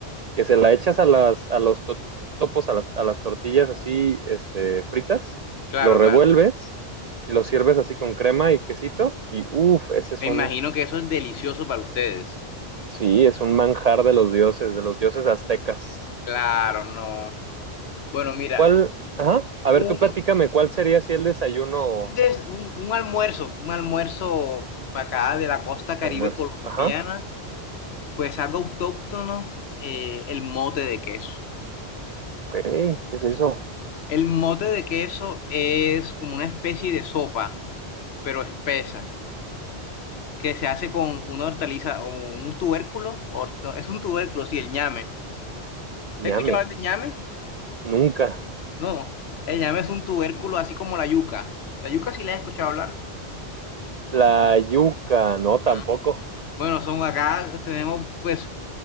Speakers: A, on the right (about 55°); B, on the left (about 70°).
A: que se la echas a, las, a los topos, a las, a las tortillas así este, fritas,
B: claro,
A: lo revuelves
B: claro.
A: y lo sirves así con crema y quesito. Y uff, ese es
B: Me imagino
A: un,
B: que eso es delicioso para ustedes.
A: sí, es un manjar de los dioses, de los dioses aztecas.
B: Claro, no. Bueno, mira,
A: ¿Cuál? Ajá. A ver,
B: un,
A: tú platícame, ¿cuál sería si el desayuno o
B: un des- un- un almuerzo, un almuerzo para acá de la costa Caribe
A: almuerzo?
B: colombiana,
A: Ajá.
B: pues algo autóctono, eh, el mote de queso.
A: Ok, ¿qué es eso?
B: El mote de queso es como una especie de sopa, pero espesa, que se hace con una hortaliza o un tubérculo, hort- no, es un tubérculo, sí, el ñame. ¿Has
A: Ñame,
B: escuchado hablar de ñame?
A: nunca.
B: No, el ñame es un tubérculo así como la yuca. La yuca sí la he escuchado hablar.
A: La yuca, no,
B: Ajá.
A: tampoco.
B: Bueno, son acá, tenemos pues